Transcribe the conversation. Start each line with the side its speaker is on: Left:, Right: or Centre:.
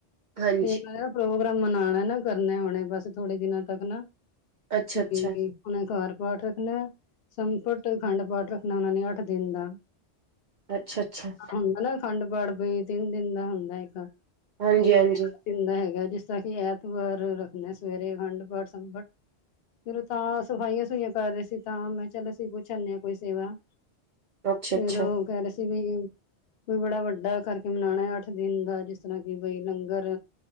Right: ਹਾਂਜੀ
Left: ਤੇ ਲਾਇਆ ਪ੍ਰੋਗਰਾਮ ਮਨਾਣਾ ਨਾ ਕਰਨੈ ਹੁਣੇ, ਬਸ ਥੋੜੇ ਦਿਨਾਂ ਤੱਕ ਨਾ
Right: ਅੱਛਾ
Left: ਬੀ
Right: ਅੱਛਾ
Left: ਓਨਾ ਘਰ ਪਾਠ ਰੱਖਣਾ, ਸੰਪਟ ਅਖੰਡ ਪਾਠ ਰੱਖਣਾ ਉਹਨਾ ਨੇ, ਅੱਠ ਦਿਨ ਦਾ।
Right: ਅੱਛਾ ਅੱਛਾ
Left: ਹੁੰਦਾ ਨਾ, ਖੰਡ ਪਾਠ ਬਈ ਤਿੰਨ ਦਿਨ ਦਾ ਹੁੰਦਾ, ਇੱਕ।
Right: ਹਾਂਜੀ-ਹਾਂਜੀ।
Left: ਤੇ ਦਿਨ ਦਾ ਹੈਗਾ, ਜਿਸ ਤਰ੍ਹਾਂ ਕਿ, ਐਤਵਾਰ ਰੱਖਨੈ, ਸਵੇਰੇ ਅਖੰਡ ਪਾਠ ਸੰਪਟ। ਚਲੋ ਤਾਂ ਸਫਾਈਆਂ-ਸੂਫਈਆਂ ਕਰ ਰਹੇ ਸੀ ਤਾਂ, ਮੈਂ ਚੱਲ ਅਸੀਂ ਪੁੱਛ ਆਂਨੇ ਆ, ਕੋਈ ਸੇਵਾ।
Right: ਅੱਛਾ
Left: ਫਿਰ
Right: ਅੱਛਾ
Left: ਉਹ ਕਹਿ ਰਹੇ ਸੀ, ਵੀ ਕੋਈ ਬੜਾ ਵੱਡਾ ਕਰਕੇ ਮਨਾਣਾ ਅੱਠ ਦਿਨ ਦਾ, ਜਿਸ ਤਰ੍ਹਾਂ ਕਿ ਬਈ ਲੰਗਰ